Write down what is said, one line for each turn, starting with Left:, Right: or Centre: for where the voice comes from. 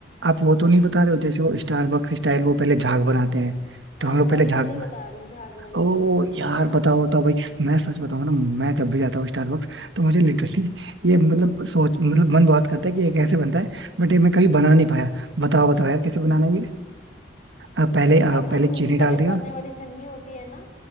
Right: आप वो तो नहीं बता रहे हो जैसे वो स्टारबक्स स्टाइल वो पहले झाग बनाते हैं
Left: हाँ
Right: तो हम लोग
Left: वही
Right: पहले झाग
Left: वाली
Right: ब-
Left: बता रही हूँ झाग वाली
Right: ओ यार
Left: हाँ
Right: बताओ बताओ भाई मैं सच बताऊं ना मैं जब भी जाता हूँ स्टारबक्स तो मुझे लिटरली <laughs> ये
Left: हम्म
Right: मतलब सोच मतलब मन बहुत करता है कि ये कैसे बनता है बट ये मैं कभी बना नहीं पाया बताओ बताओ यार कैसे बनाना है अ, पहले अ,
Left: अब ना
Right: पहले
Left: तुम
Right: चीनी
Left: जो चाय
Right: डाल दिया
Left: छानने वाली छन्नी होती है ना